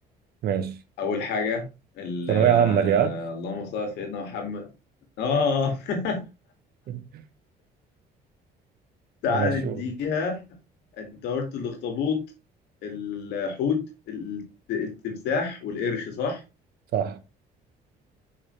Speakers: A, on the right (about 65°); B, on the left (about 80°).
A: ماشي
B: اول حاجه ال-
A: ثانوية عامة دي ها
B: اللهم صل على سيدنا محمد اه <laughs>
A: <laughs>
B: تعالى
A: ماشي
B: نديها
A: قول
B: انت قلت الاخطبوط الحوت الت- التمساح والقرش صح
A: صح